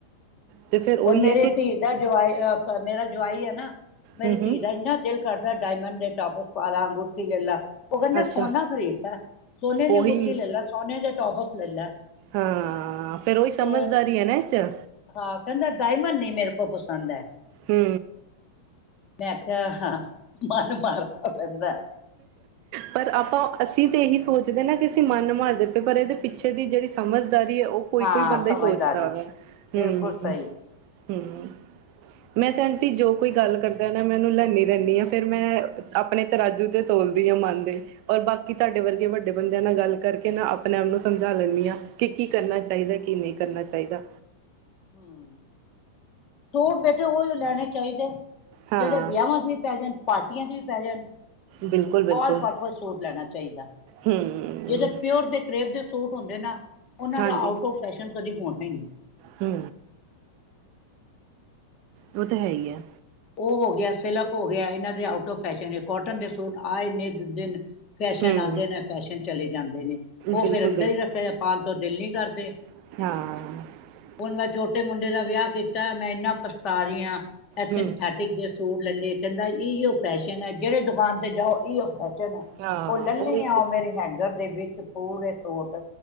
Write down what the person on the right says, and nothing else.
ਤੇ ਫਿਰ ਉਹੀ
ਹੈ ਕਿ
ਹੂੰ-ਹੂੰ
ਅੱਛਾ
ਉਹੀ
ਹਾਂ ਫੇਰ ਉਹੀ ਸਮਝਦਾਰੀ
ਆ ਨਾ ਇਸ ਚ
ਹੂੰ
ਪਰ ਆਪਾਂ ਅਸੀਂ ਤੇ ਇਹੀ ਸੋਚਦੇ ਨਾ ਕਿ ਅਸੀਂ ਮਨ ਮਾਰਦੇ ਪਏ ਪਰ ਇਹਦੇ ਪਿੱਛੇ ਦੀ ਜਿਹੜੀ ਸਮਝ ਦਾਰੀ ਉਹ ਕੋਈ
ਕੋਈ ਬੰਦਾ
ਹੀ ਸੋਚਦਾ ਵਾ
ਹੂੰ
ਹੂੰ ਮੈਂ ਤੇ ਆਂਟੀ ਜੋ ਕੋਈ ਗੱਲ ਕਰਦਾ ਨਾ ਮੈਂ ਉਹਨੂੰ ਲਿਆਉਦੀ ਰਹਿੰਦੀ ਹਾਂ ਫੇਰ ਮੈਂ ਆਪਣੇ ਤਰਾਜੂ ਤੇ ਤੋਲਦੀ ਆ ਮਨ ਦੇ ਔਰ ਬਾਕੀ ਤੁਹਾਡੇ ਵਰਗੇ ਵੱਡੇ ਬੰਦਿਆਂ ਨਾਲ ਗੱਲ ਕਰਕੇ ਨਾ ਆਪਣੇ ਆਪ ਨੂੰ ਸਮਝਾ ਲੈਣੀ ਹਾਂ ਕਿ ਕੀ ਕਰਨਾ ਚਾਹੀਦਾ ਕੀ ਨਹੀਂ ਕਰਨਾ ਚਾਹੀਦਾ
ਹਾਂ
ਬਿਲਕੁਲ ਬਿਲਕੁਲ
ਹੂੰ
ਹਾਂਜੀ
ਹੂੰ। ਉਹ ਤਾਂ ਹੈ ਹੀ ਐ।
ਹੂੰ
ਬਿਲਕੁਲ
ਬਿਲਕੁਲ
ਹਾਂ।
ਹੂੰ।
ਹਾਂ
ਉਹੀ
ਤੇ